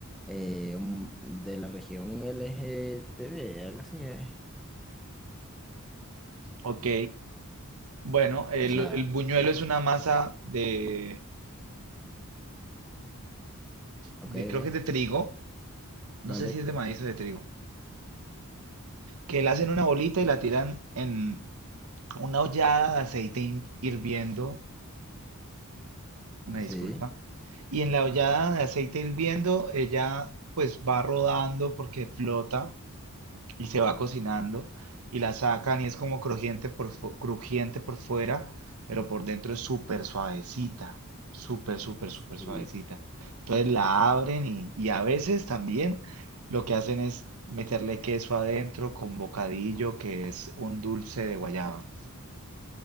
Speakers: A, in the centre; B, on the right.
A: eh, um, de la región L G T B algo así es.
B: ok. Bueno, el,
A: O sea,
B: el buñuelo es una masa de,
A: ok,
B: de, creo
A: ve,
B: que es de trigo, no
A: vale,
B: sé si es de maíz o de trigo, que la hacen una bolita y la tiran en una ollada de aceite hin- hirviendo Una
A: sí.
B: disculpa. Y en la ollada de aceite hirviendo, ella pues va rodando porque flota y se va cocinando y la sacan y es como crujiente por, fu- crujiente por fuera, pero por dentro es súper suavecita, súper, súper,
A: Sí,
B: súper suavecita. Entonces la abren y, y a veces también lo que hacen es meterle queso adentro con bocadillo, que es un dulce de guayaba.